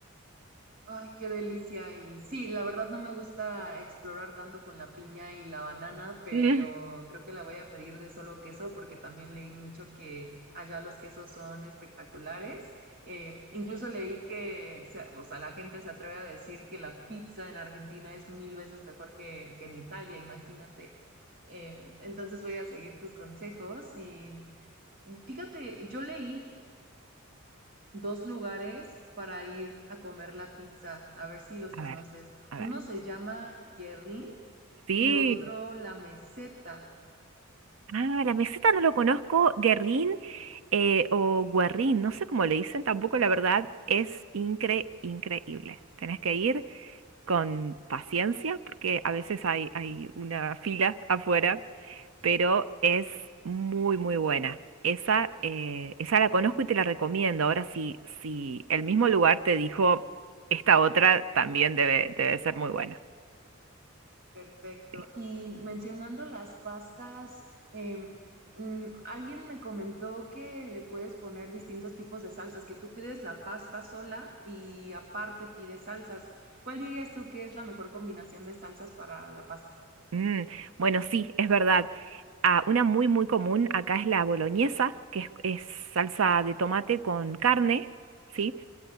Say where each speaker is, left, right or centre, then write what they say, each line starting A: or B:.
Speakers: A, on the right (about 45°); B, on the right (about 80°).
A: Ay, qué delicia. Y sí, la verdad no me gusta explorar tanto con la piña y la banana, pero
B: <laughs> Mm.
A: creo que la voy a pedir de solo queso porque también leí mucho que allá los quesos son espectaculares. Eh, incluso leí que, se- o sea, la gente se atreve a decir que la pizza en Argentina es mil veces mejor que, que en Italia, imagínate. Eh, entonces voy a seguir tus consejos y fíjate, yo leí dos lugares para ir a comer la pizza, a ver si los conoces.
B: A ver, a
A: Uno
B: ver.
A: se llama Guerrín
B: Sí.
A: y otro La Meseta.
B: Ah, la meseta no lo conozco. Guerrín eh, o guarrín, no sé cómo le dicen tampoco, la verdad, es incre increíble. Tenés que ir. con paciencia, porque a veces hay, hay una fila afuera, pero es muy, muy buena. Esa, eh, esa la conozco y te la recomiendo. Ahora, si, si el mismo lugar te dijo, esta otra también debe, debe ser muy buena.
A: Perfecto.
B: Sí.
A: Y mencionando las pastas, em, mm, alguien me comentó que le puedes poner distintos tipos de salsas, que tú pides la pasta sola y aparte pides salsas. ¿Cuál dirías tú que es la mejor combinación de salsas para la pasta?
B: Mm, bueno, sí, es verdad. Ah, una muy, muy común acá es la boloñesa, que es, es salsa de tomate con carne, ¿sí?